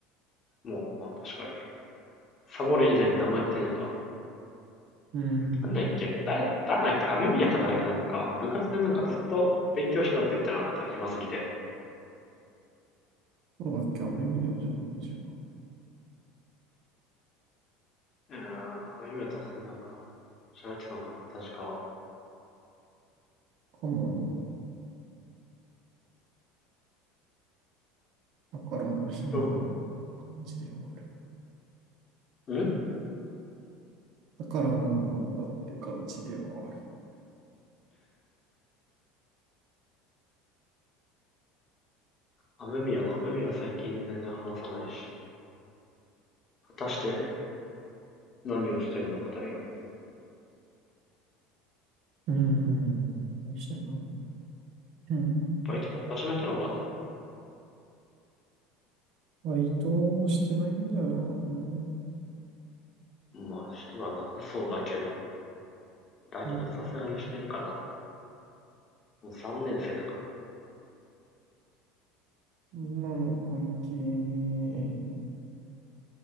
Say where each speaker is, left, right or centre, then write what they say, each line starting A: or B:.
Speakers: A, on the left; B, on the right.
A: もう、確かに。サボる以前に何もやってんのか。
B: うん。
A: なんだっけ誰、誰だっけ雨宮か誰かなんか、部活でなんかずっと勉強してたって言ってなかった。暇すぎて。
B: そうだっけ、雨宮じゃないじゃん。
A: うん。雨宮とはそんなんか、喋ってたんかな確か。
B: かもなぁ。だから、まあ、ヒヤの
A: う
B: 感じではある。
A: ん
B: だからなんなんだって感じではある。
A: 雨宮の、雨宮は最近全然話さないし。果たして何をしてるのか大学で。
B: うーん。何してんだろう。うん。
A: バイトも始めたのかな
B: バイトしてないんじゃない
A: まあ、してはなさそうだけど。だけどさすがにしてるかな。
B: うん。
A: もう3年生だか
B: 今の関係ね